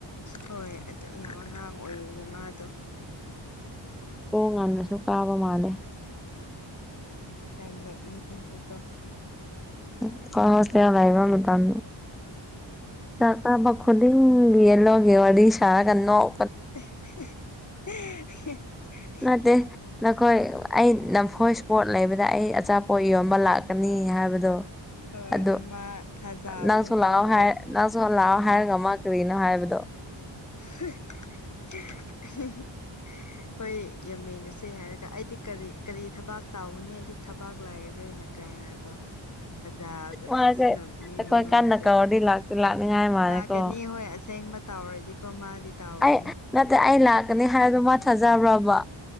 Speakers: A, on the left; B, in the centre.
A: ꯍꯣꯏ ꯑꯗꯨ ꯌꯥꯝ ꯑꯉꯥꯡ ꯑꯣꯏꯔꯤꯕꯅꯦ ꯃꯥꯗꯣ
B: ꯁ꯭ꯀꯨꯜ ꯉꯟꯅꯁꯨ ꯀꯥꯕ ꯃꯥꯜꯂꯦ
A: ꯌꯥꯝ ꯅꯣꯛꯅꯤꯡꯉꯤꯀꯣ
B: ꯑꯩꯈꯣꯏ ꯍꯣꯁꯇꯦꯜ ꯂꯩꯕ ꯃꯇꯝꯗꯣ ꯆꯥꯛ ꯆꯥꯕ ꯈꯨꯟ ꯄꯤꯡ ꯌꯦꯂꯣꯒꯤ ꯋꯥꯔꯤ ꯁꯥꯔꯒ ꯅꯣꯛ
A: <inaudible>
B: ꯅꯠꯇꯦ ꯅꯈꯣꯏ ꯑꯩ ꯅꯝꯐꯣꯏ ꯁ꯭ꯄꯣꯠ ꯂꯩꯕꯗ ꯑꯩ ꯑꯆꯥꯄꯣꯠ ꯌꯣꯟꯕ ꯂꯥꯛꯀꯅꯤ ꯍꯥꯏꯕꯗꯣ
A: ꯍꯣꯏ
B: ꯑꯗꯨ
A: ꯑꯃ ꯊꯥꯖꯕꯒꯨꯝ
B: ꯅꯪꯁꯨ
A: ꯇꯧꯕꯗꯣ
B: ꯂꯥꯛꯑꯣ ꯍꯥꯏ ꯅꯪꯁꯨ ꯂꯥꯛꯑꯣ ꯍꯥꯏꯔꯒ ꯃꯥ ꯀꯔꯤꯅꯣ ꯍꯥꯏꯕꯗꯣ
A: <inaudible> ꯈꯣꯏ ꯌꯦꯝꯃꯤꯟꯅꯁꯦ ꯍꯥꯏꯔꯒ ꯑꯩꯗꯤ ꯀꯔꯤ ꯀꯔꯤ ꯊꯕꯛ ꯇꯧꯒꯅꯤ ꯑꯩꯗꯤ ꯊꯕꯛ ꯂꯩꯔꯔꯣꯏꯅ ꯀꯥꯏꯅ ꯀꯣ ꯑꯣꯖꯥꯗꯣ
B: ꯃꯥꯁꯦ
A: ꯑꯦꯁ ꯅꯣꯛꯅꯤꯡꯋꯥꯁꯦ
B: ꯑꯩꯈꯣꯏ ꯀꯟꯅ ꯀꯧꯔꯗꯤ ꯂꯥꯛꯇꯤ ꯂꯥꯛꯅꯤꯡꯉꯥꯏ ꯃꯥꯜꯂꯦꯀꯣ
A: ꯂꯥꯛꯀꯅꯤ ꯍꯣꯏ ꯑꯁꯦꯡꯕ ꯇꯧꯔꯗꯤꯀꯣ ꯃꯥꯗꯤ ꯇꯧꯒꯅꯤ
B: ꯑꯩ ꯅꯠꯇꯦ ꯑꯩ ꯂꯥꯛꯀꯅꯤ ꯍꯥꯏꯕꯗꯣ ꯃꯥ ꯊꯥꯖꯕ꯭ꯔꯣꯕ